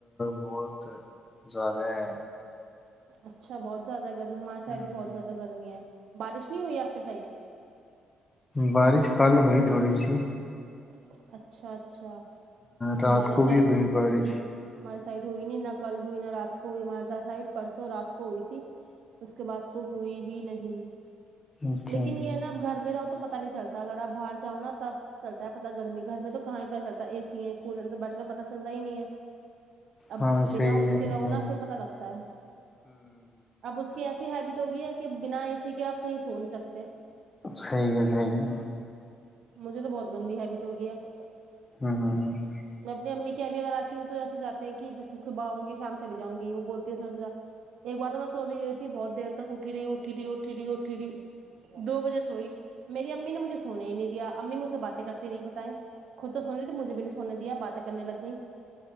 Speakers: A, on the left (about 25°); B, on the right (about 70°).
A: بہت زیادہ ہے
B: اچھا بہت زیاد گرمی ہماریے سائڈ
A: ہوں
B: بھی بہت زیادہ گرمی ہے بارش نہیں ہوئی آپ کے سائڈ
A: بارش کل ہوئی تھوڑی سی
B: اچھا اچھ اچھا
A: رات
B: ہمارے
A: کو
B: سائڈ
A: بھی ہوئی
B: تو وہی
A: بارش
B: ہمار سائڈ ہوئی نہیں نہ کل ہوئی نہ رات کو ہوئی ہمار سائٹ پرسوں رات کو ہوئی تھی اس کے بعد تو ہوئی ہی نہیں
A: اچھا
B: لیکن
A: اچھا
B: یہ نا اب گھر میں رہاو تو پ پتا نہیں چلتا اگر آ باہر جاؤ نا تب چلتا ہے گرمی گھر میں تو کہاں ہی پتاہ چلتا ہے اے سی ہے کولر ہے تو بیٹھنے پت چلتا ہی نہیں ہے اب
A: ہاں
B: بنا
A: صحیح
B: اس
A: ہے
B: کے
A: ہوں
B: رونا پھر پتا لگتا ہے اب اس کے ایسا ای ہیبٹ ہوگی ہے کہ بنا اے سی کے آپ کہیں سو نہیں سکتے
A: صحی ہے صحی ہے
B: مجھے تو بہت گندی ہیبٹ ہو گیا ہے
A: <unintelligible>
B: میں اپنی امی کےب بھی اگر آتی ہوں تو جیسےاتے ہیں کہ جیسے صبح آؤں گی شام چلی جاں گی وہ بولتی ہے سو سجا ایک بار تو میں سو بھی گئی تھی بہت دیر تک اٹھی رہی اٹھی رہی اٹھی رہی اٹھی رہی دو بجے سوئی میری امی نے مجھے سونے ہی نہیں یا امی مجھ سے باتیں کرتی نہیں بتائ خود تو سونی تھی مجھے بھی نہیں سونے دیا باتیں کرنے لگ گئی